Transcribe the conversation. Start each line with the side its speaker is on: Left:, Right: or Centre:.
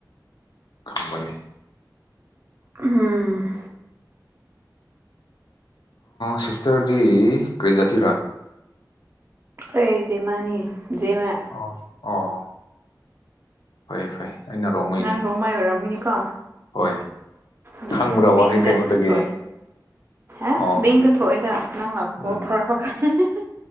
Left: ꯈꯪꯕꯅꯤ
Right: ꯎꯝ
Left: ꯁꯤꯁꯇꯔꯗꯤ ꯀ꯭ꯔꯔꯤꯖꯥꯇꯤꯔꯥ
Right: ꯑꯩ ꯖꯦꯃꯥꯅꯤ ꯖꯦꯃ
Left: ꯑꯣ ꯑꯣ ꯐꯩ ꯐꯩ ꯑꯩꯅ ꯔꯣꯡꯃꯩꯅꯦ
Right: ꯅꯪ ꯔꯣꯡꯃꯩ ꯑꯣꯏꯔꯝꯒꯅꯤꯀꯣ
Left: ꯍꯣꯏ
Right: ꯎꯝ
Left: ꯈꯪꯕ꯭ꯔꯥ
Right: ꯃꯤꯡꯗ
Left: ꯋꯥꯍꯩ ꯀꯩꯅꯣꯗꯒꯤ
Right: ꯊꯣꯏ ꯑꯦ
Left: ꯑꯣ
Right: ꯕꯤꯡꯗ ꯊꯣꯛꯑꯦꯗ ꯅꯪ ꯂꯥꯛꯀꯣ
Left: ꯎꯝ
Right: ꯊꯧꯔꯛꯄ ꯀꯥꯟꯗ